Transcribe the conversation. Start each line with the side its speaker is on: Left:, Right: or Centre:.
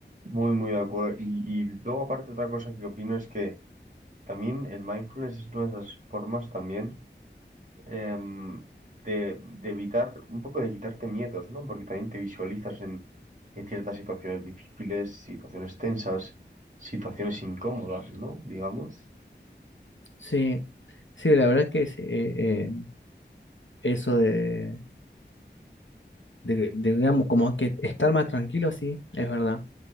Right: Muy, muy de acuerdo. Y, y luego, aparte, otra cosa que opino es que también el mindfulness es una de esas formas también. em, de, de evitar, un poco de quitarte miedos, ¿no? Porque también te visualizas en, en ciertas situaciones difíciles, situaciones tensas, situaciones incómodas, ¿no? Digamos.
Left: Sí, sí, la verdad que sí, eh, eh, eso de, de- de, digamos, como que estar más tranquilo, sí, es verdad,